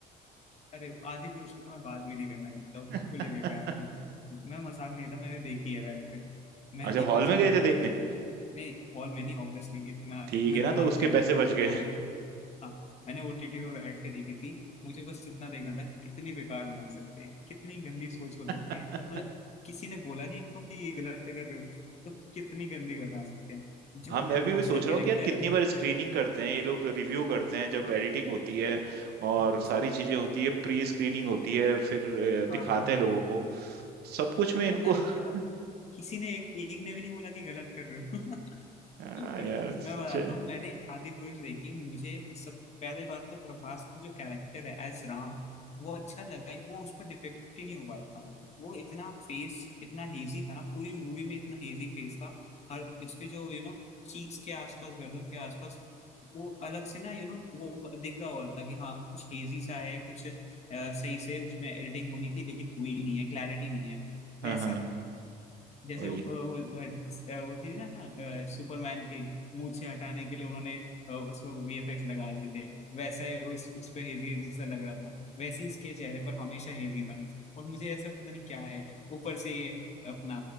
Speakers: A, on the left; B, on the right.
A: अरे आदि पुरुष की तो मैं बात भी नहीं करना चाहता हूँ,
B: <laughs>
A: बिल्कुल ही बेकार थी मैं मजाक नहीं था मैंने देखी है बैठ कर मैं
B: अच्छा
A: देखना
B: हॉल
A: चाहता
B: में गए थे देखने
A: था कि नहीं हॉल में नहीं ऑब्वियसली इतना
B: ठीक
A: इतना
B: है
A: दिमाग
B: ना तो उसके
A: है मेरे
B: पैसे बच गए
A: हॉलीवुड हाँ मैंने ओटीटी पे बैठ के देखी थी मुझे बस इतना देखना था कि कितनी बेकार बना सकते हैं कितनी गंदी सोच हो सकती
B: <laughs>
A: है मतलब किसी ने बोला नहीं इनको कि ये गलत है कर रहे हो तो कितनी गंदी बना सकते हैं जो
B: हाँ मैं
A: प्रभास
B: भी वही सोच
A: का कैरेक्टर
B: रहा हूँ कि यार कितनी
A: है ना
B: बार स्क्रीनिंग करते हैं ये लोग रिव्यू करते हैं जब
A: हाँ
B: एडिटिंग होती है और
A: ऑब्वियसली
B: सारी चीजें होती है प्री स्क्रीनिंग होती है फिर अ,
A: हाँ
B: दिखाते
A: हाँ हाँ
B: हैं लोगों को सब कुछ में इनको
A: पता नहीं
B: <laughs>
A: क्या किसी ने एक, एक ने भी नहीं बोला कि गलत कर रहे हो <laughs>
B: हाँ
A: मतलब
B: यार
A: मैं बताता
B: चे-
A: हूँ मैंने आदि पुरुष देखी मुझे सब पहले बात तो प्रभास को जो कैरेक्टर है एज राम वो अच्छा लगा ही- वो उस पर डिपिक्ट ही नहीं हो पा रहा था वो इतना फेस इतना हेजी था ना पूरी मूवी में इतना हेजी फेस था हर इसके जो यू नो चीक्स के आसपास गर्दन के आसपास वो अलग से ना यू नो वो दिख रहा हो रहा था कि हाँ कुछ हेजी सा है कुछ अ, सही से उसमें एडिटिंग होनी थी लेकिन हुई नहीं है क्लैरिटी नहीं है
B: हाँ
A: वैसा
B: हाँ
A: जैसे
B: वही
A: वो, वो, वो वो थी ना अ, सुपरमैन की मूछें हटाने के लिए उन्होंने अ, उसको वीएफएक्स लगा दिए थे वैसा ही उस उस पे हेजी हेजी सा लग रहा था वैसे ही इसके चेहरे पर हमेशा हेजी था और मुझे ऐसा पता नहीं क्या है ऊपर से ये अपना